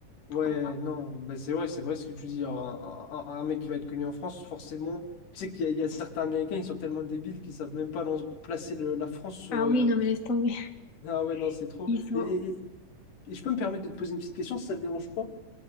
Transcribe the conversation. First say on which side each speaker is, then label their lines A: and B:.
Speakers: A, on the left; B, on the left.
A: Ouais,
B: Pourquoi pas
A: non, ben c'est vrai, c'est vrai ce que tu dis. Un, un- un mec qui va être connu en France, forcément, tu sais qu'il y, a il y a certains Américains, ils sont tellement débiles qu'ils savent même pas lan- placer le- la France sur.
B: Ah
A: euh,
B: oui, non mais laisse tomber. <laughs>
A: <laughs> Ah ouais, non, c'est trop.
B: Ils sont.
A: Et, et- et- et je peux me permettre de te poser une petite question si ça te dérange pas.